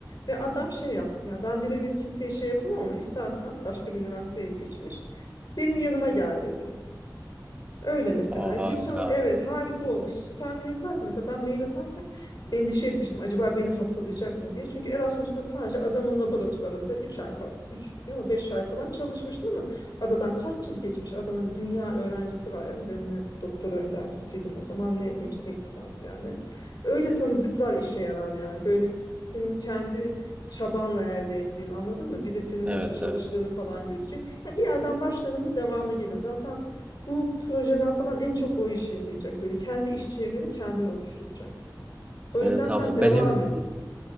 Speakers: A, on the left; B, on the right.
A: Ve adam şey yaptı ya ben birebir kimseye şey yapamam ama istersen başka bir üniversiteye geçmiş. Benim yanıma gel dedi. Öyle mesela.
B: Aa,
A: Gibson
B: harika.
A: evet harika oldu. Hiç tahmin etmezdim. Mesela ben mail atarken endişe etmiştim. Acaba beni hatırlayacak mı diye. Çünkü Erasmus'ta sadece adamın laboratuvarında 3 ay falan 3 yok 5 ay falan çalışmıştım ama adadan kaç yıl geçmiş adamın dünya öğrencisi var. Yani ben ne doktora öğrencisiydim o zaman ne yüksek lisans yani. Öyle tanıdıklar işe yarar yani. Böyle senin kendi çabanla elde ettiğini anladın mı? Bir de senin
B: Evet
A: nasıl çalıştığını
B: evet.
A: falan görecek. Yani bir yerden başladın mı devamı gelir. Zaten bu projeler falan en çok o işe yarayacak. Böyle kendi iş çevreni kendin oluşturacaksın. O yüzden
B: Evet
A: sen
B: abla
A: devam
B: benim
A: et.